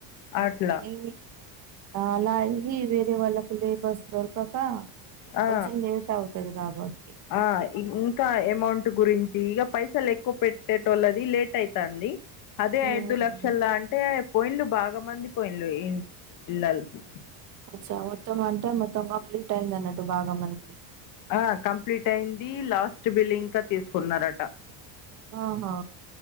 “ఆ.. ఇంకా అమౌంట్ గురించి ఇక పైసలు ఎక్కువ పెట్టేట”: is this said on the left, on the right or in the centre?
Left